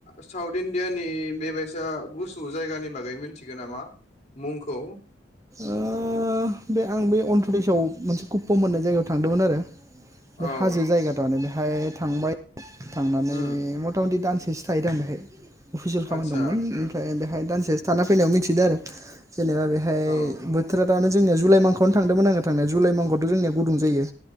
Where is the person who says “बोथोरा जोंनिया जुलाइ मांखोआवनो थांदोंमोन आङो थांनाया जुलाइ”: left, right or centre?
Right